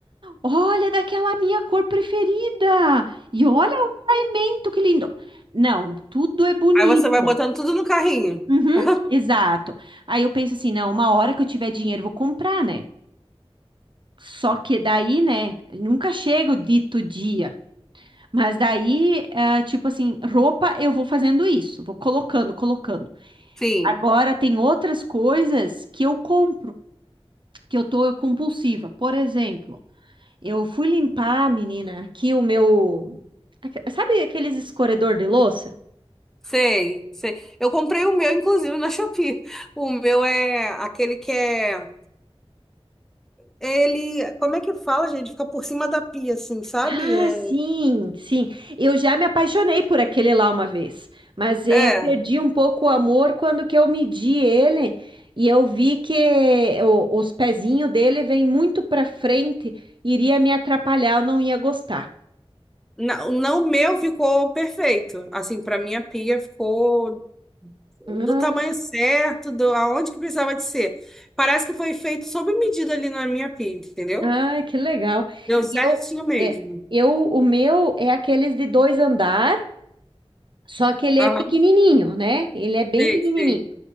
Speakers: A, on the right; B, in the centre.
A: Olha daquela minha cor preferida! E olha o caimento, que lindo! Não, tudo é bonito.
B: Aí você vai botando tudo no carrinho.
A: Uhum,
B: <laughs>
A: exato. Aí eu penso assim, não, uma hora que eu tiver dinheiro, eu vou comprar, né? Só que daí, né, nunca chega o dito dia. Mas daí, ah, tipo assim, roupa eu vou fazendo isso, vou colocando, colocando.
B: Sim,
A: Agora tem outras coisas que eu compro, que eu tô compulsiva. Por exemplo, eu fui limpar, menina, aqui o meu, aque- sabe aqueles escorredor de louça?
B: sei, sei. Eu comprei o meu, inclusive, na Shopee. O meu é aquele que é. Ele. Como é que fala, gente? Fica por cima da pia, assim, sabe?
A: Ah,
B: É.
A: sim, sim. Eu já me apaixonei por aquele lá uma vez, mas eu
B: É,
A: perdi um pouco o amor quando que eu medi ele e eu vi que o- os pezinhos dele vêm muito para frente, iria me atrapalhar, eu não ia gostar.
B: não, não, o meu ficou perfeito. Assim, para mim a pia ficou
A: Ah,
B: do tamanho certo, do aonde que precisava de ser. Parece que foi feito sob medida ali na minha pia, entendeu?
A: ah, que legal.
B: Deu
A: E
B: certinho
A: eu,
B: mesmo.
A: é, eu, o meu é aqueles de dois andares. Só que ele
B: Aham,
A: é pequenininho, né? Ele é bem
B: sei,
A: pequenininho.
B: sei.